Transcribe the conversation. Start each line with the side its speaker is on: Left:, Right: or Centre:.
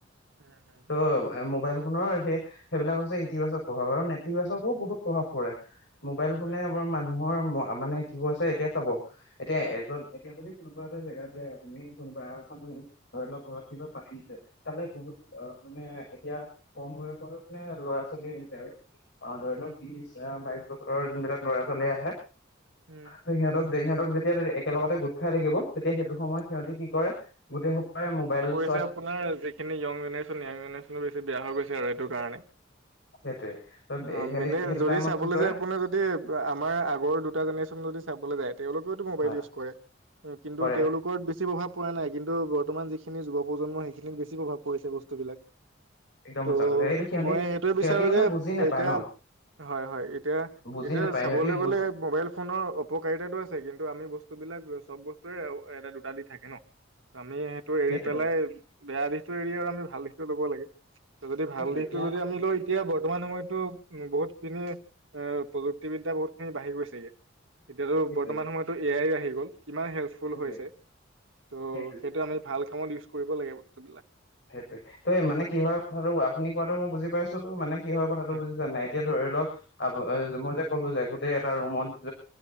Right: উম উম
Left: ত' মোবাইল ফোনৰ সে সেইবিলাক হৈছে ইতিবাচক প্ৰভাৱ আৰু নেতিবাচকো বহুত প্ৰভাৱ পৰে মোবাইল ফোনে
Right: হয়,
Left: এবাৰ মানুহ ৰ মানে কি কৈছে এতিয়া চাব এতিয়া এজন এতিয়া যদি কোনোবা এটা জেগাত যাই আপুনি কোনোবা এখন ধৰি লওক ঘৰত কিবা পাতিছে তালে বহুত মানে এতিয়া কম বয়সত মানে ল'ৰা ছোৱালী আহিছে আৰু অ ধৰি লওক
Right: উম,
Left: বিশ অ বাইশ ওচৰৰ যোনবিলাক ল'ৰা ছোৱালী আহে
Right: উম।
Left: সিহঁতক যে সিহঁতক যেতিয়া একেলগতে গোট খাই থাকিব এতিয়া সেইটো সময়ত সিহঁতে
Right: হয়।
Left: কি কৰে গোটেইসোপাই মোবাইল চ
Right: কৈ আপোনাৰ যিখিনি ইয়ং জেনেৰেশন ইয়ং জেনেৰেশনটো বেছি বেয়া হৈ গৈছে আৰু এইটো কাৰণে।
Left: সেইটোৱে। ত
Right: অ
Left: সিহঁতি
Right: মানে
Left: সেইটো
Right: যদি
Left: টাইমত
Right: চাবলৈ
Left: কি কৰে
Right: যায় আপুাৰ যদি আমাৰ আগৰ দুটা জেনেৰেশচন যদি চাবলৈ যায়, তেওঁলোকেওতো মোবাইল
Left: হয়
Right: ইউজ কৰে কিন্তু
Left: কৰে
Right: তেওঁলোকৰ বেছি প্ৰভাৱ পৰা নাই কিন্তু বৰ্তমান যিখিনি যুৱ প্ৰজন্ম সেইখিনিত বেছি প্ৰভাৱ পৰিছে বস্তুবিলাক।
Left: একদম
Right: ত
Left: সঁচা কথা এইটো সিহঁতি
Right: মই সেইটোৱে
Left: সিহঁতি
Right: বিচাৰো
Left: মানে
Right: যে
Left: বুজি নাপায়
Right: এতিয়া
Left: ন
Right: হয়-হয় এতিয়া-এতিয়া
Left: বুজি নাপায়
Right: চাবলৈ
Left: সিহঁতি বুজি
Right: গলে মবাইল ফোনৰ অপকাৰিতা আছে কিন্তু আমি বস্তু বিলাক চব বস্তুৰে এটা দুটা দি থাকে ন। আমি সেইটো
Left: সেইটোৱে
Right: এৰি পেলাই বেয়া দিশতটো এৰি আৰু আমি ভাল দি ল'ব লাগে। ত যদি ভাল
Left: সেইটোৱে
Right: দিশতটো
Left: এতিয়া
Right: যদি আমি লওঁ এতিয়া বৰ্তমান সময়ত। বহুতখিনি এ প্ৰযুক্তিবিদ্যা বহুত খিনি বাঢ়ি গৈছেগে। এতিয়াতো
Left: সেইটোৱে
Right: বৰ্তমান সময়তো এ আই আহি গ'ল। কিমান হেল্পফুল
Left: সেইটোৱে
Right: হৈছে ত
Left: সেইটোৱে
Right: সেইটোমি ভাল কৰিব লাগে বস্তু বিলাক।
Left: সেইটোয়ে ত মানে কি হয় কথাটো আপুনি কোৱাটো মই বুজি পাইছো মানে। কি হয় কথাটো
Right: উম
Left: বুজিছা নাই এতিয়া ধৰি লওক মই যে ক'লো যে গোটেই এটা ৰুমত